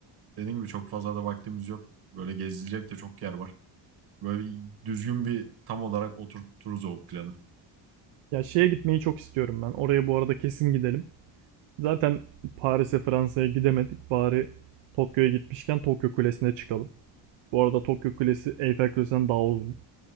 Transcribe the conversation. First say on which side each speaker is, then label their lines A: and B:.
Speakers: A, on the right; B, on the right.
A: Dediğim gibi çok fazla da vaktimiz yok. Böyle gezilecek de çok yer var. Böyle düzgün bir tam olarak oturturuz o planı.
B: Ya şeye gitmeyi çok istiyorum ben. Oraya bu arada kesin gidelim. Zaten Paris'e, Fransa'ya gidemedik. Bari Tokyo'ya gitmişken Tokyo Kulesi'ne çıkalım. Bu arada Tokyo Kulesi Eyfel Kulesi'nden daha uzun.